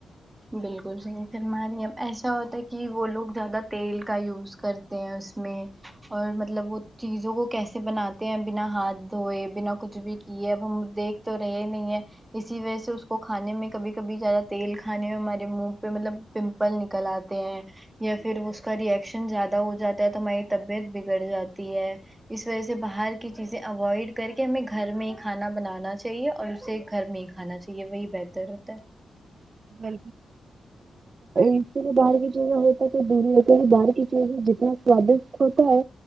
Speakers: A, on the right; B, on the right.
A: بالکل صحیح فرما رہی ہے ایسا ہوتا ہے کی وہ لوگ زیادہ تیل کا یوز کرتے ہیں اس میں اور مطلب وہ چیزوں کو کیسے بناتے ہیں بنا ہاتھ دھوئے بنا کچھ بھی کیے اب ہم دیکھ تو رہے نہیں ہے اسی وجہ سے اس کو کھانے میں کبھی کبھی زیادہ تیل کھانے میں ہمارے منہ پہ مطلب پمپل نکل آتے ہیں یا پھر اس کا ریئکشن زیادہ ہو جاتا ہے تو ہماری طبیعت بگڑ جاتی ہے اس وجہ سے باہر کی چیزیں اوائڈ کر کے ہمیں گھر میں کھانا بنانا چاہیے اور اسے گھر میں ہی کھانا چاہیے وہی بہتر رہتا ہے
B: <unintelligible> آں اس لیے باہر کی چیزیں ہوتا کہ دور لیے باہر کی چیزیں جتنا سوادشت ہوتا ہے